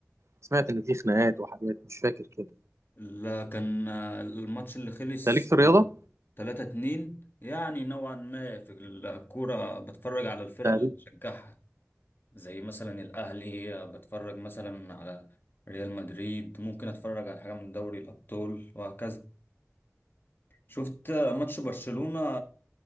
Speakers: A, on the right; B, on the left.
A: سمعت ان في خناقات وحاجات مش فاكر كده
B: لا كان الماتش اللي خلص
A: انت ليك في الرياضه
B: 3 2 يعني نوعا ما في الكورة بتفرج على الفرق
A: تقريبا
B: اللي بشجعها زي مثلا الاهلي بتفرج مثلا على ريال مدريد ممكن اتفرج على حاجة من دوري الابطال وهكذا شفت ماتش برشلونة